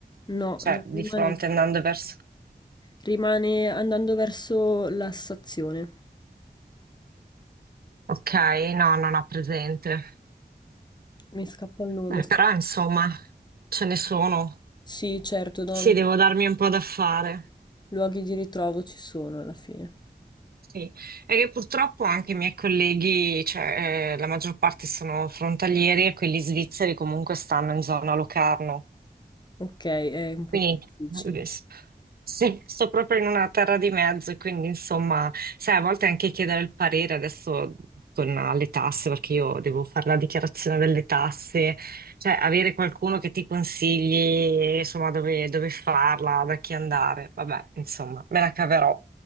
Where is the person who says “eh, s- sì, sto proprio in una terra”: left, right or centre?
Right